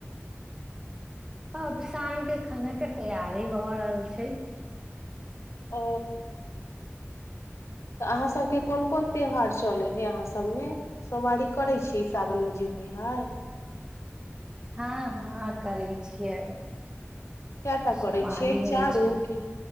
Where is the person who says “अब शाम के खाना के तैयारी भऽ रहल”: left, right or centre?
Right